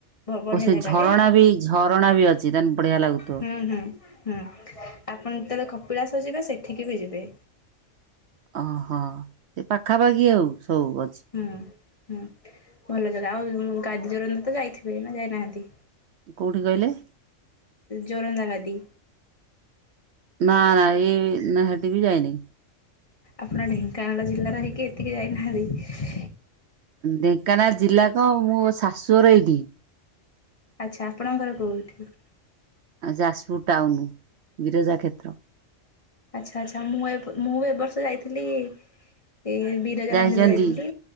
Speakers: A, on the left; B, on the right.
A: ବଢ଼ିଆ
B: ଓ ସେ
A: ଜାଗାଟେ
B: ଝରଣା ବି ଝରଣା ବି ଅଛି ତା ବଢିଆ ଲାଗୁଥିବ।
A: ହୁଁ ହୁଁ ହୁଁ ଆପଣ ଯେତେବେଳେ କପିଳାସଜିବେ ସେଠିକି ବି ଯିବେ।
B: ଓହୋ ସେ ପାଖାପାଖି ଆଉ ସବୁ ଅଛି।
A: ହୁଁ ହୁଁ ଭଲ ଜାଗା ଆଉ ଗାଦି ଜୋରନ୍ଦ ତ ଯାଇଥିବେ ନା ଯାଇନାହାନ୍ତି।
B: କୋଉଠି କହିଲେ?
A: ଜୋରନ୍ଦାବାଦୀ।
B: ନା ନା ଏଇ ନା ହେଟି ବି ଯାଇନି।
A: ଆପଣ ଢେଙ୍କାନାଳ ଜିଲ୍ଲାରେ ହେଇକି ଏତିକି ଯାଇନାହାନ୍ତି।
B: ଢେଙ୍କାନାଳ ଜିଲ୍ଲା କ ମୁଁ ଶାଶୁଘର ଏଇଠି।
A: ଆଚ୍ଛା ଆପଣଙ୍କର ଘର କେଉଁଠି?
B: ଆଉ ଯାଜପୁର ଟାଉନ ବିରଜା କ୍ଷେତ୍ର।
A: ଆଚ୍ଛା ଆଚ୍ଛା ମୁଁ ଏ ମୁଁ ଏ ବର୍ଷ ଯାଇଥିଲି ଏ ବି ରଜା
B: ଯାଇଛନ୍ତି
A: ମନ୍ଦିର ଯାଇଥିଲି